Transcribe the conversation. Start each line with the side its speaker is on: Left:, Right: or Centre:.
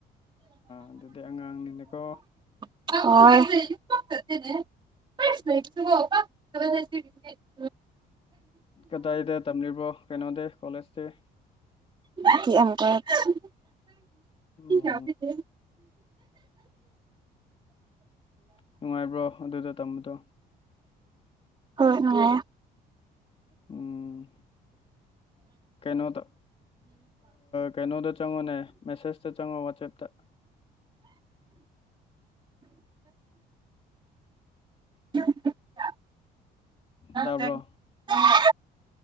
Left: ꯑꯗꯨꯗꯤ ꯑꯉꯥꯡꯅꯤꯅꯦꯀꯣ
Right: <unintelligible>
Left: ꯀꯗꯥꯏꯗ ꯇꯝꯂꯤꯕꯣ ꯀꯩꯅꯣꯗꯤ ꯀꯣꯂꯦꯖꯇꯤ
Right: <unintelligible>
Left: ꯑꯝ
Right: <inaudible>
Left: ꯅꯨꯡꯉꯥꯏꯕ꯭ꯔꯣ ꯑꯗꯨꯗ ꯇꯝꯕꯗꯣ
Right: ꯍꯣꯏ ꯅꯨꯡꯉꯥꯏꯌꯦ
Left: ꯎꯝ ꯀꯩꯅꯣꯗ ꯀꯩꯅꯣꯗ ꯆꯪꯉꯣꯅꯦ ꯃꯦꯁꯦꯁꯇ ꯆꯪꯉꯣ ꯋꯥꯆꯦꯞꯇ
Right: <inaudible> <inaudible>
Left: ꯇꯥꯕ꯭ꯔꯣ